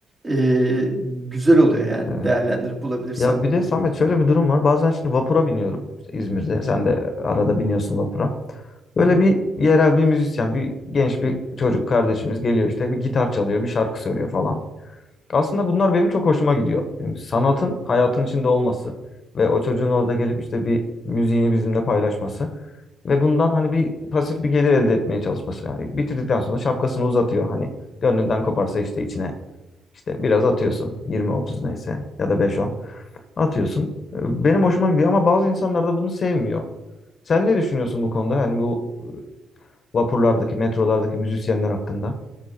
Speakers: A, on the right; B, on the left.
A: eee, güzel oluyor yani
B: evet.
A: değerlendirip bulabilirsen.
B: Ya bir de Samet şöyle bir durum var. Bazen şimdi vapura biniyorum. İşte İzmir'de. Sen de arada biniyorsun vapura.
A: Hı
B: Böyle
A: hı.
B: bir yerel bir müzisyen, bir genç bir çocuk kardeşimiz geliyor işte bir gitar çalıyor, bir şarkı söylüyor falan. Aslında bunlar benim çok hoşuma gidiyor. Yani sanatın hayatın içinde olması ve o çocuğun orada gelip işte bir müziğini bizimle paylaşması ve bundan hani bir pasif bir gelir elde etmeye çalışması. Yani bitirdikten sonra şapkasını uzatıyor. Hani gönlünden koparsa işte içine işte biraz atıyorsun. 20-30 neyse ya da 5-10 atıyorsun. Benim hoşuma gidiyor ama bazı insanlar da bunu sevmiyor. Sen ne düşünüyorsun bu konuda? Yani bu ıı, vapurlardaki, metrolardaki müzisyenler hakkında?